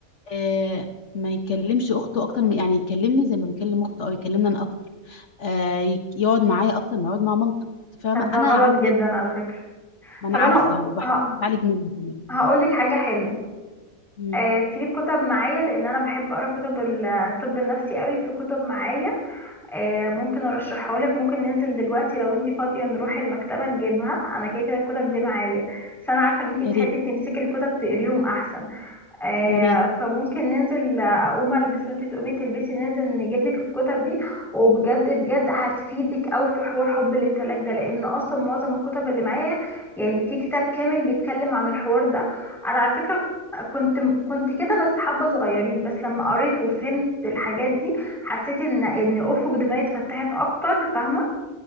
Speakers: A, on the left (about 55°); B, in the centre.
A: آه ما يكلمش اخته اكتر من يعني يكلمني زي ما بيكلم اخته او يكلمني انا اكتر آه يك- يقعد معايا اكتر ما يقعد مع مامته انت فاهمه
B: طب ده
A: انا
B: غلط
A: عندي
B: جدا
A: كده،
B: على فكره
A: ما انا
B: طب
A: عارفه
B: انا
A: وبحاول
B: ه...
A: اتعالج منه كمان
B: هقول لك حاجه حلوه
A: مم.
B: آه في كتب معايا لان انا بحب اقرا كتب الطب النفسي قوي في كتب معايا آه ممكن ارشحها لك ممكن ننزل دلوقتي لو انت فاضيه نروح المكتبه نجيبها انا كده كده الكتب دي معايا بس انا عارفه ان انت بتحبي
A: يا ريت
B: تمسكي الكتب تقريهم احسن آه،
A: يا ريت
B: فممكن ننزل آه، اقوم البس وانتي تقومي تلبسي ننزل نجيب لك الكتب دي وبجد بجد هتفيدك قوي في حوار حب الامتلاك ده لان اصلا معظم الكتب اللي معايا يعني في كتاب كامل بيتكلم عن الحوار ده انا على فكرة كنت كنت كده بس حبة صغيرين بس لما قريت وفهمت
A: مم.
B: الحاجات دي حسيت ان ان افق دماغي اتفتحت اكتر فاهمة